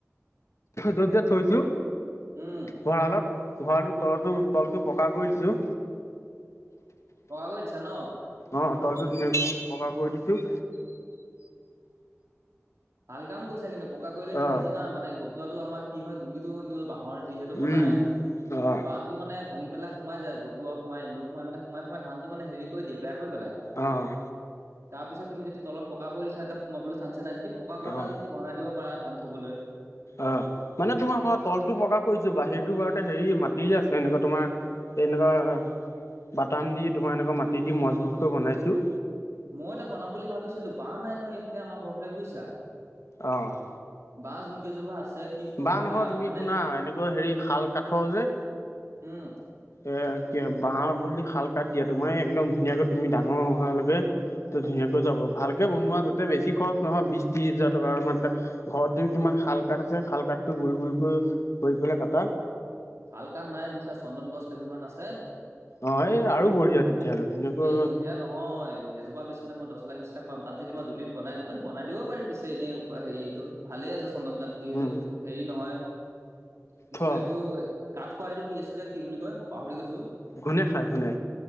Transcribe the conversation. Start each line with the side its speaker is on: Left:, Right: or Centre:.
Left: য'ত য'ত থৈছো
Right: উম।
Left: ভৰালত ভৰালটো তলতো তলটো পকা কৰি দিছেও।
Right: পকা কৰি দিছা ন?
Left: অ' তলটো ধুনীয়াকৈ পকা কৰি দিছোঁ।
Right: ভাল কাম কৰিছা কিন্তু পকা কৰিলে কি
Left: অ',
Right: হয় জানা মানে গটুৱাটো আমাৰ কি হয় দুলিটো এনে বাহ হৰ যিহেতু বনাই
Left: উম। অ',
Right: বা ত, মানে ভাঙি পেলাই সোমাই যায় গটোৱা সোমাই, এন্দুৰ সোমাই, মানে সোমাই-সোমাই মানে ধানতো হেৰি কৰি দিয়ে বেয়া কৰি পেলাই।
Left: অ'।
Right: তাৰ পিছত তুমি যদি তলত পকা কৰি দিছা এতিয়া সোমাবলৈ চাঞ্চে নাই যদি পকা ঘৰ
Left: অ',
Right: এটা যদি বনাই দিব পাৰা ধান থ'বলৈ সেই
Left: অ'। মানে তোমাৰ মই তলটো পকা <unintelligible> বাহিৰটো বাৰুতে হেৰি মাটি যে আছে এনেকুৱা তোমাৰ এনেকা বাটাম দি তোমাৰ এনেকুৱা মাটি দি মজবুতকৈ বনাইছোঁ।
Right: ময়ও এটা বনাম বুলি ভাবিছিলো বাঁহ নাই নহয় এইফালে আমাৰ ঘৰ ফালে বুইছা।
Left: অ'।
Right: বাঁহ যোন কেইজোপা আছে কি কবা
Left: বাঁহ নহয় তুমি
Right: মানে
Left: শুনা এনেকুৱা হেৰি শাল কাঠৰ যে
Right: উম
Left: এ কি বাঁহৰ বুলি শাল কাঠ দিয়াতো মই একদম ধুনীয়াকৈ তুমি ডাঙৰ হোৱালৈকে তো ধুনীয়াকৈ যাব ভালকে বনোৱা যাতে বেছি খৰচ নহয় বিশ ত্ৰিশ হাজাৰ টকাৰ মানতে ঘৰত যদি তোমাৰ শাল কাঠ আছে শাল কাঠটো গোল-গোল কৰি কৰি পেলাই কাটা।
Right: শালকাঠ নাই বুইছা চন্দন গছ কেইযোৰমান আছে।
Left: অ' এই আৰু বঢ়িয়া তেতিয়াহ'লে তেনেকয়
Right: এই বঢ়িয়া নহয় এজোপা বেছিলে মই দছ লাখ বিশ লাখ পাম তাত যদি মই দুলিত বনাই দিওঁ এই বনাই দিব পাৰি পিছে এনেই উপ হেৰিটো ভালেই আছে চন্দন কাঠটো যিহেতু
Left: উম,
Right: হেৰি নহয় কিছিলে
Left: থোৱা
Right: এইটো কাঠ খোৱা হিটো কি আছিলে কি বুলি কয়? মই পাহৰি গৈছো।
Left: ঘূনে খাই ঘূনে।